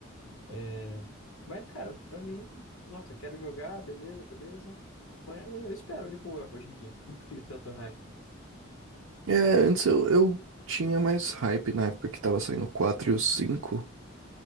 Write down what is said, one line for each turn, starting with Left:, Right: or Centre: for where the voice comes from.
Left: É... Mas, cara, pra mim, nossa, quero jogar, beleza, beleza. Mas eu espero de boa hoje em dia. <laughs> Não crio tanto hype.
Right: É, antes eu, eu tinha mais hype na época que tava saindo o 4 e o 5.